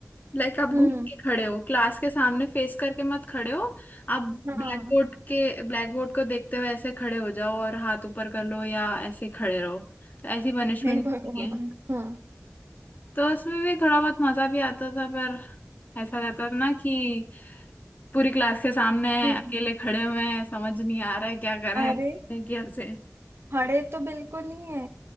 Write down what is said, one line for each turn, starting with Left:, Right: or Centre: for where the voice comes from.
Left: लाइक आप
Right: हम्म
Left: घूम के खड़े हो क्लास के सामने फेस करके मत खड़े हो आप
Right: हाँ
Left: ब्लैक बोर्ड के ब्लैक बोर्ड को देखते हुए ऐसे खड़े हो जाओ और हाथ ऊपर कर लो या ऐसे खड़े रहो तो ऐसी पनिशमेंट
Right: हे भगवान
Left: है
Right: हाँ
Left: तो उसमें भी थोड़ा बहुत मजा भी आता था पर ऐसा रहता था ना कि पूरी क्लास के सामने
Right: हम्म
Left: अकेले खड़े हुए हैं समझ नहीं आ रहा है क्या करें
Right: अरे
Left: क्या से
Right: खड़े तो बिल्कुल ही है